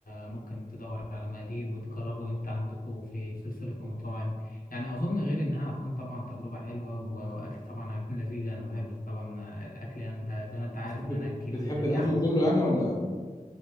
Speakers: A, on the left; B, on the left.
A: ممكن تدور على مقادير وتجربه انت عندكم في سلسلة المطاعم يعني اظن غير انها هتكون طبعا تجربة حلوة و- واكل طبعا هيكون لذيذ انا بحب طبعا الاكل يعني انت زي ما انت عارف
B: بتحب
A: ان انا اكيل
B: بتحب
A: جدا
B: الاكل
A: يعني
B: كله يعني ولا